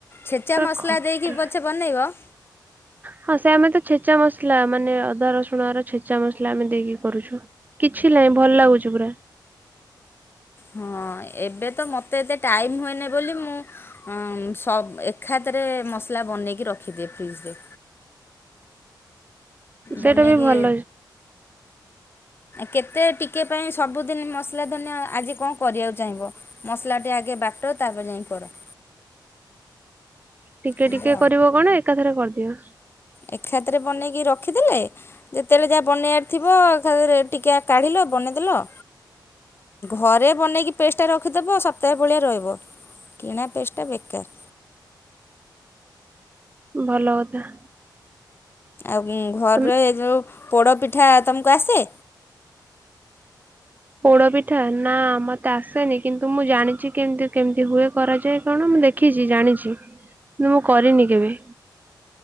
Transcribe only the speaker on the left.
ଛେଚା
ମସଲା
ଦେଇକି ପଛେ ବନେଇବ।
ହଁ ଏବେ ତ ମତେ ଏତେ ଟାଇମ୍ ହୁଏନି ବୋଲି ମୁଁ ହଁ ସବ୍ ଏଖାତରେ ମସଲା ବନେଇକି ରଖିଦିଏ ଫ୍ରିଜ୍ ରେ।
ବନେଇକି
କେତେ ଟିକେ ପାଇଁ ସବୁଦିନ ମସଲା ଧନିଆ ଆଜି କଣ କରିବାକୁ ଚାହିଁବ। ମସଲାଟି ଆଗେ ବାଟ ତାପରେ ଯାଇଁ କର।
ଏମିତି
ଏଖାତରେ ବନେଇକି ରଖିଦେଲେ ଯେତେବେଳେ ଯାହା ବନେଇବାର ଥିବ ଏଖାଥରେ ଟିକେ କାଢିଲ ବନେଇଦେଲ। ଘରେ ବନେଇକି ପେଷ୍ଟଟା ରଖିଦବ ସପ୍ତାହେ ଭଳିଆ ରହିବ। କିଣା ପେଷ୍ଟା ବେକାର୍।
ଆଉ ଘରେ
ଏ ଯୋଉ ପୋଡ଼ପିଠା ତୁମକୁ ଆସେ?